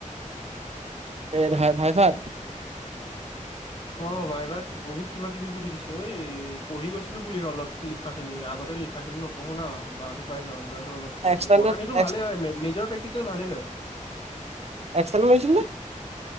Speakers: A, on the right (about 50°); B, on the left (about 40°).
A: এ ভাই-ভাইভাত?
B: অ', ভাইভাত বহুত কিবা কিবি সুধি দিছে ঐ পঢ়িও গৈছিলো বুলি অলপ লিখাখিনি। আগতে লিখাখিনি নপঢ়ো ন বাহঁটো পাই যাওঁ এবাৰ। অলপ কৰিছো
A: এক্সটাৰ্নেল
B: বৰটানীটো
A: এক্স
B: ভালেই হয়। মেজৰ প্ৰেক্টিকেল ভালেই হয়।
A: এক্সতাৰনেল আহিছিল নে?